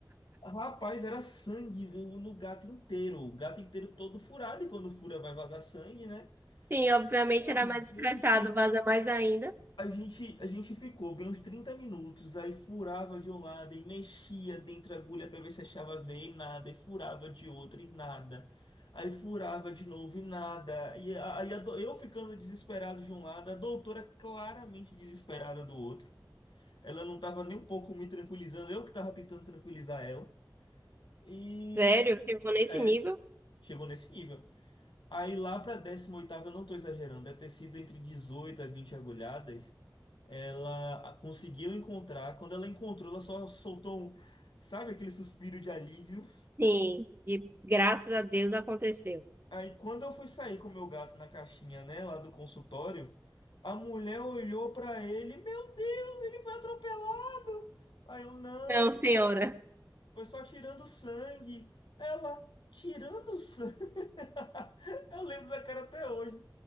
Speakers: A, on the left; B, on the right.
A: Rapaz, era sangue no, no gato inteiro. O gato inteiro todo furado, e quando fura vai vazar sangue, né?
B: Sim, obviamente
A: Eu,
B: era mais
A: Gente,
B: estressado, vaza mais ainda.
A: A gente, a gente ficou bem uns 30 minutos, aí furava de um lado e mexia dentro da agulha para ver se achava veia e nada, e furava de outra e nada. Aí furava de novo e nada. E a- aí a do- eu ficando desesperado de um lado, a doutora claramente desesperada do outro. Ela não tava nem um pouco me tranquilizando, eu que tava tentando tranquilizar ela. E,
B: Sério? Chegou nesse
A: sério,
B: nível?
A: chegou nesse nível. Aí lá para a décima oitava eu não estou exagerando, deve ter sido entre 18 a 20 agulhadas. Ela a- conseguiu encontrar. Quando ela encontrou, ela só soltou um, sabe, aquele suspiro de alívio.
B: Sim. E graças a Deus aconteceu.
A: Aí quando eu fui sair com o meu gato na caixinha, né, lá do consultório, a mulher olhou para ele, meu Deus, ele foi atropelado. Aí eu, não,
B: Não, senhora.
A: foi só tirando sangue. Ela, tirando sangue? <laughs> Eu lembro da cara até hoje.